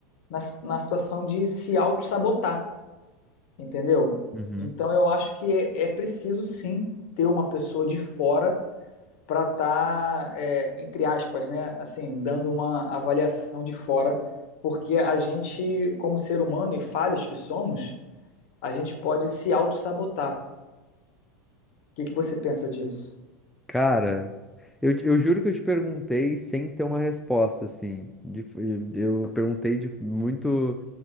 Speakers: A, on the left; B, in the centre.
A: na, na situação de se auto-sabotar. entendeu?
B: Uhum.
A: Então eu acho que é, é preciso sim ter uma pessoa de fora para estar, entre aspas, né, assim, dando uma avaliação de fora, porque a gente, como ser humano e falhos que somos, a gente pode se auto-sabotar. O que que você pensa disso?
B: Cara, eu, te- eu juro que eu te perguntei sem ter uma resposta, assim. De- eu perguntei de muito.